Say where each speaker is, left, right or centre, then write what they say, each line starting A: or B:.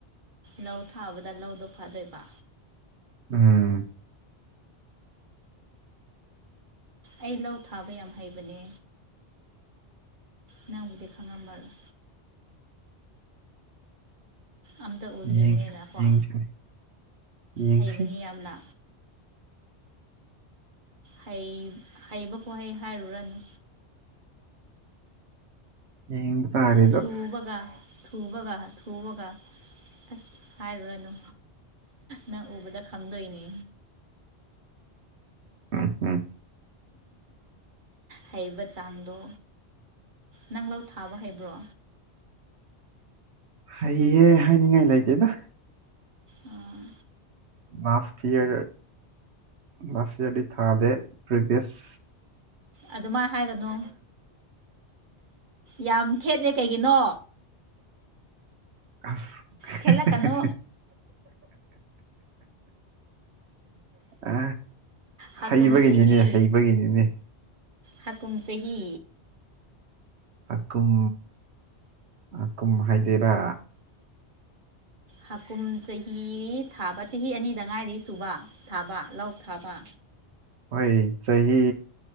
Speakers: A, on the right; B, on the right.
A: ꯂꯧ ꯊꯥꯕꯗ ꯂꯧꯗꯣ ꯐꯗꯣꯏꯕ
B: ꯎꯝ
A: ꯑꯩ ꯂꯧ ꯊꯥꯕ ꯌꯥꯝ ꯍꯩꯕꯅꯦ ꯅꯪꯕꯨꯗꯤ ꯈꯪꯉꯝꯃꯔꯣꯏ ꯑꯝꯇ ꯎꯗ꯭ꯔꯤꯕꯅꯤꯅꯀꯣ
B: ꯌꯦꯡꯁꯤ ꯌꯦꯡꯁꯤ ꯌꯦꯡꯁꯤ
A: ꯍꯩꯕꯅꯤ ꯌꯥꯝꯅ ꯍꯩ ꯍꯩꯕꯀꯣ ꯍꯩ ꯍꯥꯏꯔꯨꯔꯅꯨ
B: <unintelligible>
A: ꯊꯨꯕꯒ ꯊꯨꯕꯒ ꯊꯨꯕꯒ ꯑꯁ ꯍꯥꯏꯔꯨꯔꯅꯨ ꯅꯪ ꯎꯕꯗ ꯈꯪꯗꯣꯏꯅꯦ
B: ꯎꯝ ꯎꯝ
A: ꯍꯩꯕ ꯆꯥꯡꯗꯣ ꯅꯪꯂꯧ ꯊꯥꯕ ꯍꯩꯕ꯭ꯔꯣ
B: ꯍꯩꯌꯦ ꯍꯥꯏꯅꯤꯡꯉꯥꯏ ꯂꯩꯇꯦꯗ
A: ꯑꯥ
B: ꯃꯥꯁꯊꯤꯌꯔꯔ ꯂꯥꯁ ꯏꯌꯔꯗꯤ ꯊꯥꯗꯦ ꯄ꯭ꯔꯦꯕꯤꯌꯁ
A: ꯑꯗꯨꯃꯥꯏ ꯍꯥꯏꯒꯅꯨ ꯌꯥꯝ ꯊꯦꯠꯂꯦ ꯀꯩꯒꯤꯅꯣ
B: <unintelligible>
A: ꯊꯦꯠꯂꯛꯀꯅꯨ
B: ꯑ
A: ꯍꯥꯀꯨꯝ
B: ꯍꯩꯕꯒꯤꯅꯤꯅꯦ
A: ꯆꯍꯤ
B: ꯍꯩꯕꯒꯤꯅꯤꯅꯦ
A: ꯍꯥꯀꯨꯝ ꯆꯍꯤ
B: ꯑꯀꯝ ꯍꯀꯨꯝ ꯍꯥꯏꯗꯦꯔꯥ
A: ꯍꯥꯀꯨꯝ ꯆꯍꯤ ꯊꯥꯕ ꯆꯍꯤ ꯑꯅꯤꯗ ꯉꯥꯏꯔꯤ ꯁꯨꯕ ꯊꯥꯕ ꯂꯧ ꯊꯥꯕ
B: ꯍꯣꯏ ꯆꯍꯤ